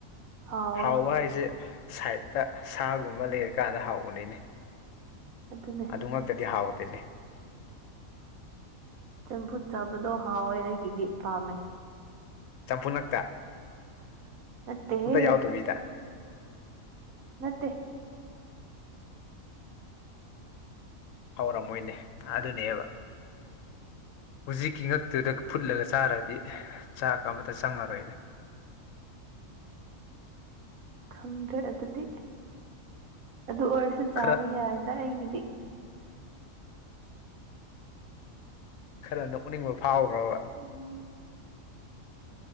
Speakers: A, on the right; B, on the left.
A: ꯍꯥꯎꯋꯦ
B: ꯍꯥꯎꯕ ꯍꯥꯏꯁꯦ ꯁꯥꯏꯠꯇ ꯁꯥꯒꯨꯝꯕ ꯂꯩꯔꯀꯥꯟꯗ ꯍꯥꯎꯕꯅꯤꯅꯦ
A: ꯑꯗꯨꯅꯦ
B: ꯗꯨꯉꯛꯇꯗꯤ ꯍꯥꯎꯇꯦꯅꯦ
A: ꯆꯝꯐꯨꯠ ꯆꯥꯕꯗꯣ ꯍꯥꯎꯋꯦ ꯑꯩꯒꯤꯗꯤ ꯄꯥꯝꯃꯦ
B: ꯆꯝꯐꯨꯠ ꯉꯥꯛꯇ
A: ꯅꯠꯇꯦꯍꯦ
B: ꯌꯥꯎꯗꯕꯤꯗ
A: ꯅꯠꯇꯦ
B: ꯍꯥꯎꯔꯝꯃꯣꯏꯅꯦ ꯑꯗꯨꯅꯦꯕ ꯍꯧꯖꯤꯛꯀꯤ ꯉꯛꯇꯨꯗ ꯐꯨꯠꯂꯒ ꯆꯥꯔꯗꯤ ꯆꯥꯛꯀ ꯑꯃꯇ ꯆꯪꯉꯔꯣꯏꯅꯦ
A: ꯈꯪꯗ꯭ꯔꯦ ꯑꯗꯨꯗꯤ ꯑꯗꯨ ꯑꯣꯏꯔꯁꯨ ꯆꯥꯕ
B: ꯈꯔ
A: ꯌꯥꯏꯗ ꯑꯩꯒꯤꯗꯤ
B: ꯈꯔ ꯅꯣꯛꯅꯤꯡꯕ ꯐꯥꯎꯕ꯭ꯔꯕ
A: ꯎꯝ